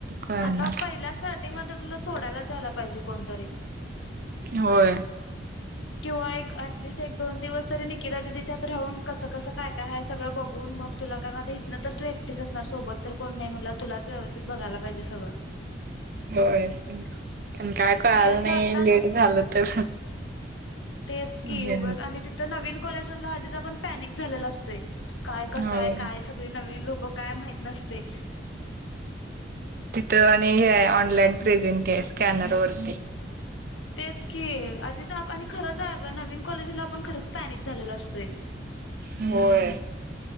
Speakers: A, on the right (about 50°); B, on the left (about 85°).
A: कळणार
B: आता पहिल्या स्टार्टिंग म तुला सोडायलाच यायला पाहिजे कोणतरी
A: होय.
B: किंवा एक ऍटलिस्ट एक दोन दिवस तरी निकिता दिदीच्यात राहून कसं कसं काय काय आहेय सगळं बघून मग तुला कारण आता इथनं तर तू एकक्टी असणार सोबत तर कोण नाही म्हणला तला व्यस्थित बघयला पाहिजे सगळं.
A: होय पण काय कळालं
B: ए
A: नाही
B: जातानाच
A: लेट झालं तर.
B: तेच कीग
A: हे
B: आणि तिथं नवीन कॉलेज मधलं आधीच आपण पॅनिक झालेला असतोय. काय कसं
A: होय
B: आहे काय सगळी नवीन लोक काय माहित नसते.
A: तिथं आणि हे आहे ऑनलाइन प्रेझेंट स्कॅनर वरती.
B: तेच की आधीच आणि खरंच अ नवीन कॉलेजला आपण खरच पॅनिक झालेला असतोय.
A: होय